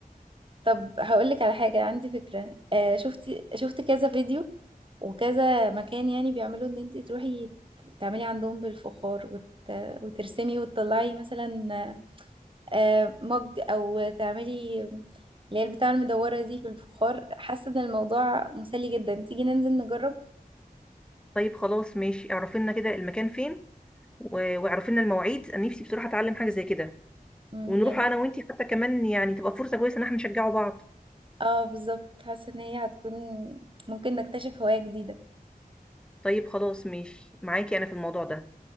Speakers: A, on the right; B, in the centre.
A: طب هقولك على حاجة عندي فكرة آه شفتي شفت كذا فيديو وكذا مكان يعني بيعملوا ان انت تروحي تعملي عندهم بالفخار وت... وترسمي وتطلعي مثلا آه، مج او تعملي اللي هي البتاعة المدورة دي في الفخار حاسة ان الموضوع مسلي جدا تيجي ننزل نجرب
B: طيب خلاص ماشي اعرفي لنا كده المكان فين و- واعرفي لنا المواعيد انا نفسي بصراحه اتعلم حاجه زي كده
A: مم،
B: ونروح
A: يعني
B: انا وانت حتى كمان يعني تبقى فرصه كويسه ان احنا نشجعوا بعض
A: اه بالظبط حاسة ان هي هتكون ممكن نكتشف هواية جديدة
B: طيب خلاص ماشي معاكي انا في الموضوع ده